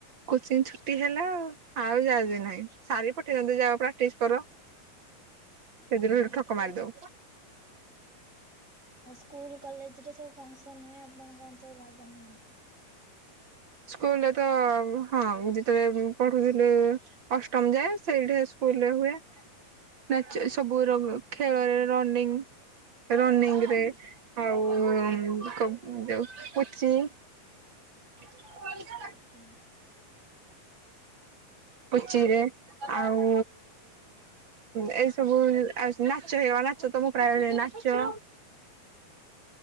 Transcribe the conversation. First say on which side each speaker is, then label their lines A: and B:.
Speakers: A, on the right (about 35°); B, on the right (about 20°).
A: କୋଚିଂ ଛୁଟି ହେଲା ଆ ଆଉ ଯାହା ଯେ ନାହିଁ ସାରି ପଠେଇନ୍ତ ଯା ପ୍ରାକ୍ଟିସ କର।
B: ହ।
A: ସେଥିରୁ ହେଠୁ
B: ଆଉ
A: ଠକ ମାରିଦଉ
B: ସ୍କୁଲ କଲେଜରେ ସବୁ। ଫୁନକ୍ସନ ନୁହେଁ ଆପଣଙ୍କଞ୍ଚ ଭାଗ ନିଅନ୍ତି।
A: ସ୍କୁଲରେ ତ ହଁ ମୁ ଯେତେବେଳେ ପଢୁଥିଲି। ଅଷ୍ଟମ ଯାଏ ସେଇଠି ସ୍କୁଲରେ ହୁଏ। ନାଚ ସବୁ ଖେଳରେ ରନିଂ। ରନିଂ ରେ ଆଉ କୁଚି। ହୁଁ।
B: ଆଜ୍ଞା।
A: ପୁଚିରେ ଆଉ ଏଇ ସବୁ ଆଉ ନାଚ ହେଇଗ ନାଚ ତମକୁା ନାଚ।